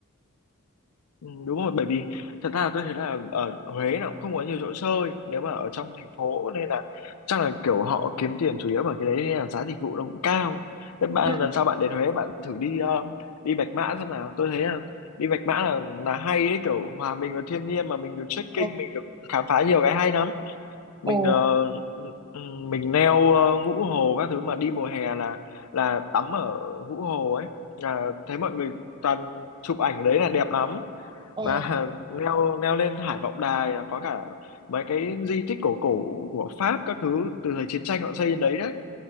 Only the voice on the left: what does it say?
Ừ, đúng rồi bởi vì thật ra là tôi thấy là ở Huế nó cũng không có nhiều chỗ chơi nếu mà ở trong thành phố nên là chắc là kiểu họ kiếm tiền chủ yếu bởi cái đấy nên là giá dịch vụ nó cũng cao thế bạn
lần sau bạn đến Huế bạn thử đi ờ, đi Bạch Mã xem nào tôi thấy là đi Bạch Mã là là hay ấy kiểu hòa mình vào thiên nhiên mà mình được trekking
mình được khám phá nhiều cái hay lắm mình
ờ, ừ, ừ, mình leo ờ, ngũ hồ các thứ mà đi mùa hè là là tắm ở ngũ hồ ấy là thấy mọi người toàn chụp ảnh ở đấy là đẹp lắm
và leo leo lên Hải Vọng Đài là có cả mấy cái di tích cổ cổ của Pháp các thứ từ thời chiến tranh họ xây lên đấy đấy